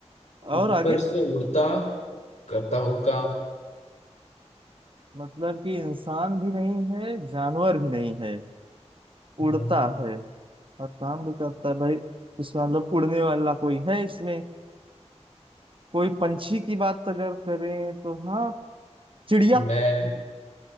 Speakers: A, on the right; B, on the left.
A: और
B: ऊपर
A: आगे
B: से उड़ता करता हूँ काम
A: मतलब कि इंसान भी नहीं है जानवर भी नहीं है
B: हम्म,
A: उड़ता है और काम भी करता है भाई इसका मतलब उड़ने वाला कोई है इसमें कोई पंछी की बात अगर करें तो हाँ चिड़िया
B: मैं